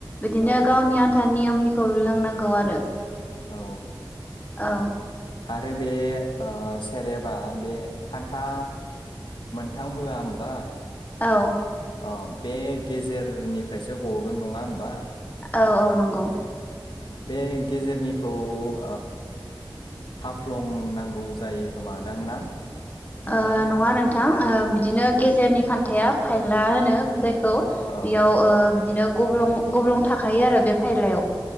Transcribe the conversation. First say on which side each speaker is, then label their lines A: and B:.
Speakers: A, on the left (about 20°); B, on the left (about 70°).
A: बिदिनो
B: औ
A: गावनि आन्थानि नियमनि खौ लोंनांगौ आरो।
B: औ।
A: औ।
B: आरो बे ओ सेरेबा बे खान्था मोनथाम होआ होमबा?
A: औ।
B: अ बे गेजेरनिफ्रायसो गगोन नङा होमबा?
A: औ औ नंगौ
B: बे गेजेरनि खौ ओ हाफ्लंनांगौ जायो खोमा दां ना नोंथां
A: ओ नङा नोंथां ओ बिदिनो गेजेरनि खान्थाया फायला होनो जायखौ
B: ओ
A: बेयाव ओ बिदिनो गब्लं गब्लं थाखायो आरो बे फायलायाव